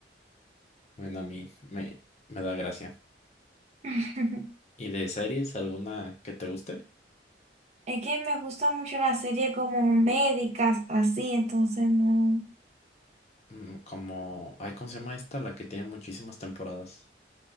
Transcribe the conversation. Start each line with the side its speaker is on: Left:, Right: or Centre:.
Left: Bueno, a mí me, me da gracia.
Right: <laughs>
Left: ¿Y de series alguna que te guste?
Right: Es que me gusta mucho la serie como médicas, así, entonces no.
Left: Mm, Como, ay, ¿cómo se llama esta? La que tiene muchísimas temporadas.